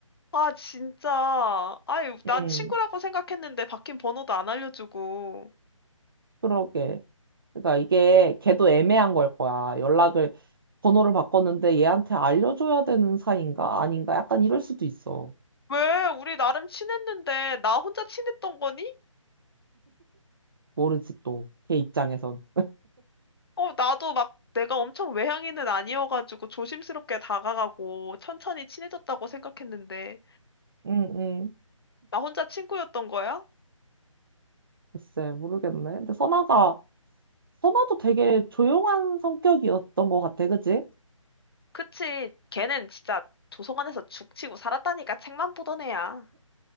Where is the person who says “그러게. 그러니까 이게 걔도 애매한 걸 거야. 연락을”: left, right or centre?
Right